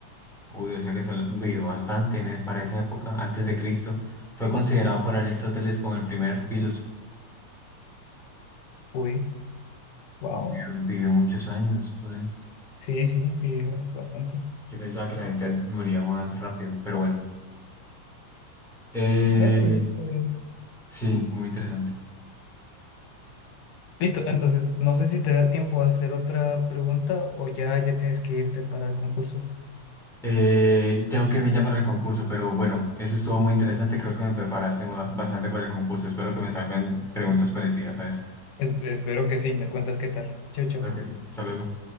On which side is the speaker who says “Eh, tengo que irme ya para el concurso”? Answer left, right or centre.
Centre